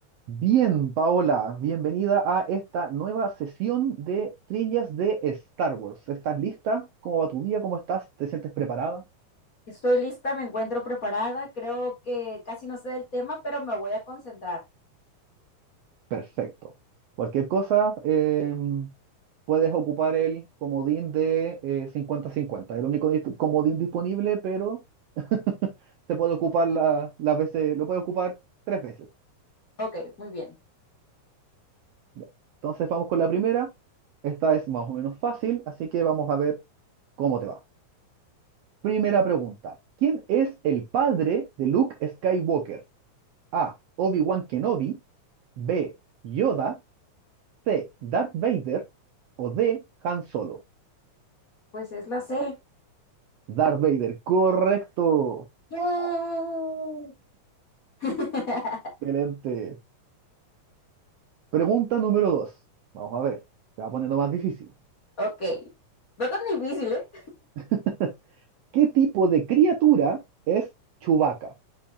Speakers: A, on the right; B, on the left.
A: Bien, Paola, bienvenida a esta nueva sesión de trillas de Star Wars. ¿Estás lista? ¿Cómo va tu día? ¿Cómo estás? ¿Te sientes preparada?
B: Estoy lista, me encuentro preparada. Creo que casi no sé del tema, pero me voy a concentrar.
A: Perfecto. Cualquier cosa, eh, puedes ocupar el comodín de eh, 50-50. El único dis- comodín disponible, pero <laughs> se puede ocupar la- las veces, lo puedes ocupar tres veces.
B: Ok, muy bien.
A: Ya. Entonces vamos con la primera. Esta es más o menos fácil, así que vamos a ver cómo te va. Primera pregunta. ¿Quién es el padre de Luke Skywalker? A. Obi-Wan Kenobi. B. Yoda. C. Darth Vader. O D. Han Solo.
B: Pues es la C.
A: Darth Vader. Correcto.
B: ¡Yay! <laughs>
A: Excelente. Pregunta número dos, Vamos a ver. Se va poniendo más difícil.
B: Ok. No tan difícil, ¿eh?
A: <laughs> ¿Qué tipo de criatura es Chewbacca?